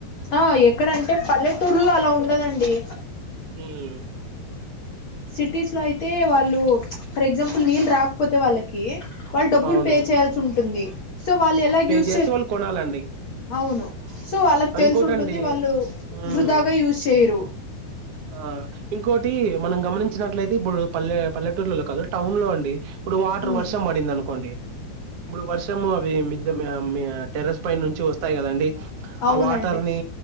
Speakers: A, on the left; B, on the right.
A: ఆ ఎక్కడంటే పల్లెటూర్లో అలా ఉండదండి
B: ఉమ్
A: సిటీస్ లో అయితే వాళ్ళు ఫర్ ఎగ్జాంపుల్ నీళ్ళు రాకపోతే వాళ్ళకి వాళ్ళు డబ్బులు
B: అవును
A: పే చేయాల్సి ఉంటుంది సో వాళ్ళు ఎలా యూస్
B: చేసే వాళ్ళు కొనాలండి
A: అవును సో వాళ్ళకి తెలుసు
B: ఇంకోటండి
A: ఉంటుంది వాళ్ళు
B: ఉమ్
A: వృధాగా యూజ్ చేయరు
B: ఆ ఇంకోటి మనం గమనించినట్లయితే ఇప్పుడు పల్లె పల్లెటూర్లలో కాదు టౌన్ లో అండి ఇప్పుడు వాటర్
A: ఉమ్
B: వర్ష పడింది అనుకోండి ఇప్పుడు వర్షము అవి మిద్ద మి టెరెస్ పైన నుంచి వస్తాయి కదండి
A: అవునండి
B: ఆ వాటర్ని ని